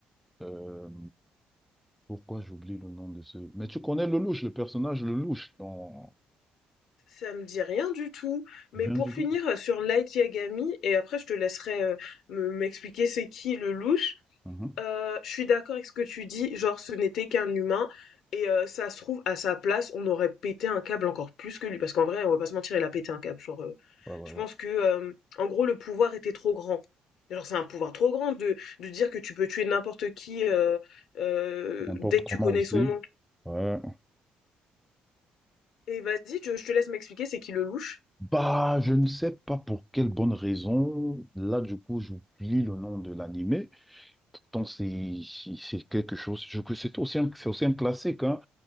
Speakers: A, in the centre; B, on the left.
A: euh, pourquoi j'oublie le nom de ce... Mais tu connais Lelouch, le personnage Lelouch dans...
B: ça me dit rien du tout, mais
A: Rien
B: pour
A: du
B: finir,
A: tout.
B: heu, sur Light Yagami et après je te laisserai, heu, me m'expliquer c'est qui le louche.
A: Mhm.
B: Heu, je suis d'accord avec ce que tu dis, genre ce n'était qu'un humain et heu, ça se trouve à sa place, on aurait pété un câble encore plus que lui. Parce qu'en vrai, on va pas se mentir, il a pété un câble. Genre, heu,
A: Ouais, ouais,
B: je
A: ouais.
B: pense que, hem, en gros, le pouvoir était trop grand. Genre, c'est un pouvoir trop grand de de dire que tu peux tuer n'importe qui, heu heu,
A: N'importe
B: dès que
A: comment
B: tu connais
A: aussi.
B: son nom.
A: Ouais.
B: Et vas-y, je je te laisse m'expliquer, c'est qui le louche?
A: Bah, je ne sais pas pour quelle bonne raison. Là, du coup, j'oublie le nom de l'animé. Pourtant, c'est c'est c'est quelque chose. Je que c'est aussi un c'est aussi un classique, hein.